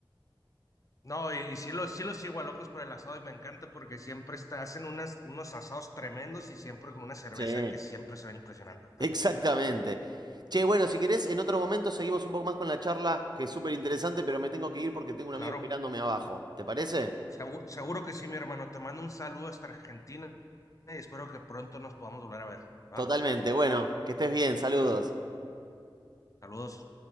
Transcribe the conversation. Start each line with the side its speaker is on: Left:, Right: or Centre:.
Left: No, y, y sí lo, sí lo sigo a locos por el asado y me encanta porque siempre está, hacen unas, unos asados tremendos y siempre con una cerveza
Right: Sí.
Left: que siempre se ven impresionantes también,
Right: Exactamente.
Left: claro.
Right: Che, bueno, si querés, en otro momento seguimos un poco más con la charla, que es súper interesante, pero me tengo que ir porque tengo un amigo
Left: Claro,
Right: esperándome abajo. ¿Te parece?
Left: segu- seguro, que sí, mi hermano. Te mando un saludo hasta Argentina y espero que pronto nos podamos volver a ver.
Right: Totalmente.
Left: ¿Va?
Right: Bueno, que estés bien. Saludos.
Left: Saludos.